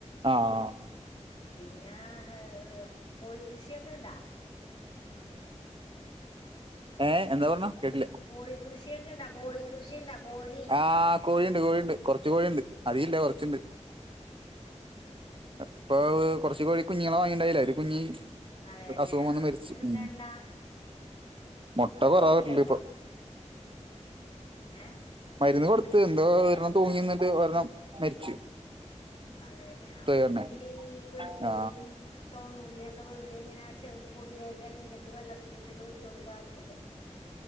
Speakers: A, on the right; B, on the left.
A: ആഹ്
B: പിന്നെ ഏഹ് കോഴി കൃഷിയൊക്കെണ്ടോ
A: ഏഹ് എന്താ പറഞ്ഞെ കേട്ടില്ല
B: കോഴിക്കൃഷിയൊക്കെ ഇണ്ടാ കോഴിക്കൃഷിണ്ടാ കോഴി
A: ആഹ് കോഴിയുണ്ട് കോഴിയുണ്ട് കൊറച്ച് കോഴിയുണ്ട് അതികം ഇല്ല കൊറച്ചുണ്ട് ഇപ്പൊ അത് കൊറച്ച് കോഴി കുഞ്ഞുങ്ങളെ വാങ്ങിണ്ടായില്ല ഒരു കുഞ്ഞി ഏഹ്
B: അതെല്ലേ
A: അസുഖം വന്ന്
B: ആ
A: മരിച്ച്
B: മുട്ട കിട്ടണ്ട
A: ഉം മൊട്ട
B: ഒന്നും
A: കൊറേ
B: കൊടുത്തില്ലപ്പാ
A: ഇടില്ല ഇപ്പൊ
B: ഏഹ്
A: മരുന്ന് കൊടുത്ത് എന്തോ ഒരെണ്ണം തൂങ്ങിന്നിട്ട് ഒരെണ്ണം മരിച്ച്
B: അതെല്ലേ ആഹ് അപ്പൊ
A: ഒരെണ്ണം
B: ഇതിരി വെളുത്തുള്ളിയും
A: ആ
B: ചോന്നുള്ളിയൊക്കെ വെറുതെ ഇങ്ങനെ ചെറു പൊടിയായിട്ട് അരിഞ്ഞിട്ട് വെള്ളത്തിലിട്ടിട്ട് വെച്ച് കൊടുക്കാറുന്നില്ലേ